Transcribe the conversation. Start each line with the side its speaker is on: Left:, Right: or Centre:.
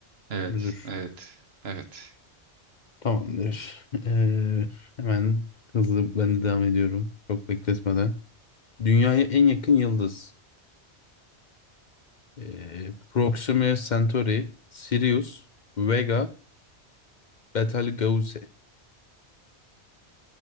Right: Evet,
Left: Müdür.
Right: evet, evet.
Left: Tamamdır. <laughs> Ee, hemen hızlı ben de devam ediyorum. Çok bekletmeden. Dünyaya en yakın yıldız. Ee, Proxima Centauri, Sirius, Vega, Betelgeuse.